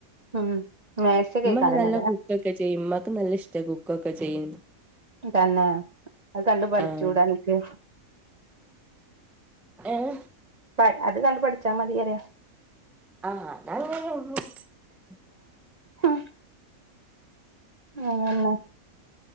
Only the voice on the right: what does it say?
ഉം നേഴ്സൊക്കെക്കാരല്ലേ
തന്നെ അത് കണ്ട് പഠിച്ചൂടെ
അനക്ക്
<unintelligible> അത് കണ്ട് പഠിച്ചാൽ മതിയല്ലേ
ഹ്‌ ഏഹ്